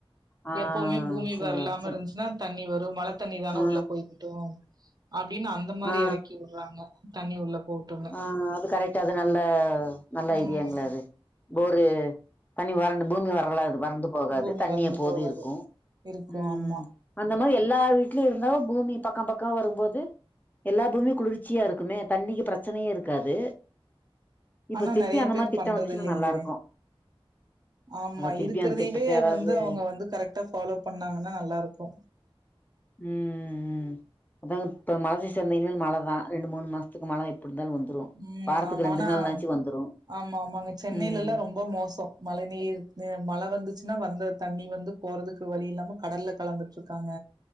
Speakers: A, on the left; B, on the right.
A: ஆ
B: எப்புவுமே பூமி
A: சேரி
B: வரலாம இருந்துச்சுன்னா தண்ணி வரு டூ மழ தண்ணிதான
A: ஆ
B: உள்ள போய்க்கிட்டு அப்டின்னு அந்த மாரி
A: ஆ ஆ
B: இர க்கிவிடுறாங்க தண்ணி உள்ள போட்டுன்னு
A: ஆ அது கரெக்டா அது நல்ல நல்ல
B: ம்
A: ஐடியாங்களே அது போரு தண்ணி வரண்டு பூமி வரலாது வறந்து போகாது
B: பூமி
A: தண்ணி
B: வறண்டு
A: எப்போதும்
B: போகாது
A: இருக்கு
B: இருக்கு
A: ஊ
B: ஆமா
A: அந்த எல்லா வீட்லயு இருந்தாலு பூமி பக்க பக்க வரும்போது எல்லா பூமியும் குளிர்ச்சியா இருக்குமே தண்ணிக்கு பிரச் பிரச்சனயே இருக்காது இப்ப
B: ஆனா
A: திருப்பி
B: நெறய
A: அந்த
B: பேர்
A: மாரி திட்டோ
B: பண்றது
A: வந்துச்சுன்னா
B: இல்லைங்ளே
A: நல்லா இருக்கு
B: ஆமா
A: அத திருப்பி
B: இருக்கிறதையவே
A: அந்த திட்டத்த யாராவது
B: வந்து அவுங்க வந்து கரெக்டா ஃபாலோ பண்ணாங்கனா நல்லா இருக்கு
A: உம்ம்ம் அத இப்ப மழ சீச இருந்த இனிமே மழ தா ரெண்டு மூனு மாசத்துக்கு மழ இருந்தாலு வந்துரு
B: உம்
A: வாரத்துக்கு
B: ஆமா
A: ரெண்டு
B: ஆனா
A: நாள்னாச்சு வந்துரு
B: ஆமா ஆமாங்க சென்னையில
A: ம்
B: எல்லா ரொம்ப மோசோ மழ நீர் மழ வந்துச்சுன்னா வந்த தண்ணி வந்து போறதுக்கு வழி இல்லாம கடல்ல கலந்துட்டு இருக்காங்க